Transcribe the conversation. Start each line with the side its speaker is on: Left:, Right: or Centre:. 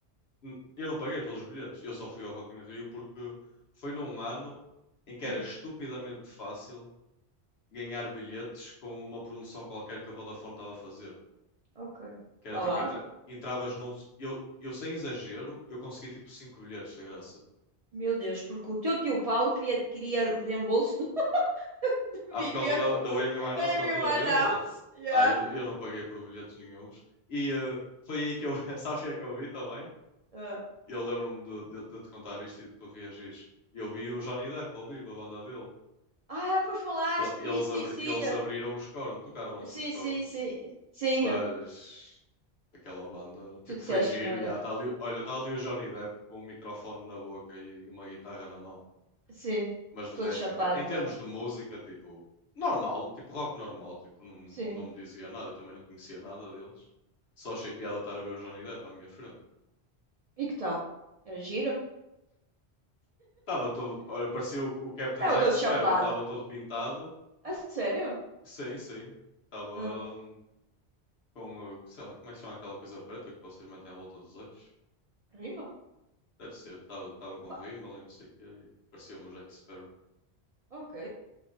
Left: N- Eu não paguei pelos bilhetes, eu só fui ao Rock in Rio porque foi num ano em que
Right: Sim.
Left: era estupidamente fácil ganhar bilhetes com uma promoção qualquer que a Vodafone estava a fazer.
Right: Ok.
Left: Que era
Right: Vá
Left: tipo,
Right: lá.
Left: entra- entravas num. Eu, eu sem exagero, eu consegui tipo 5 bilhetes de graça.
Right: Meu Deus, porque o teu tio Paulo queria, queria o reembolso do <laughs>
Left: Ah,
Right: bilhete
Left: por causa da, da Amy Winehouse
Right: da Amy
Left: está toda
Right: Winehouse.
Left: bêbada?
Right: Yeah.
Left: Ah, eu, n- eu não paguei por bilhetes nenhuns. E eh, foi aí que eu. <laughs> Sabes o que é que eu vi também?
Right: Ah.
Left: Eu lembro-me de, de- de te contar isto e de tu reagires. Eu vi o Johnny Depp ao vivo, a banda dele.
Right: Ah, pois falaste
Left: Que ele- eles,
Right: nisso,
Left: abri-
Right: sim, sim,
Left: eles
Right: ah.
Left: abriram os Korn, tocaram antes
Right: sim,
Left: dos Korn,
Right: sim, sim, sim.
Left: mas
Right: ah.
Left: aquela banda, tipo,
Right: Tu disseste
Left: foi giro.
Right: que não era.
Left: e há, tá ali, olha, está ali o Johnny Depp com um microfone na boca e uma guitarra na mão.
Right: Sim,
Left: Mas de
Right: todo
Left: resto,
Right: chapado,
Left: em, te- em termos
Right: não.
Left: de música, tipo, normal, tipo rock normal, tipo, não,
Right: Sim.
Left: não me dizia nada, eu também não conhecia nada deles. Só achei piada estar a ver o Johnny Depp à minha frente.
Right: E que tal? Era giro?
Left: Estava todo, olha, parecia o, o Captain
Right: Estava
Left: Jack
Right: todo
Left: Sparrow,
Right: chapado.
Left: estava todo pintado.
Right: A sério?
Left: Sim, sim. Estava
Right: Ah,
Left: hum, com, uh, sei lá, como é que chama aquela coisa preta que vocês metem à volta dos olhos?
Right: rima?
Left: Deve ser, estava estava com
Right: Epá,
Left: rímel e não sei o quê, e parecia o meu Jack Sparrow.
Right: ok,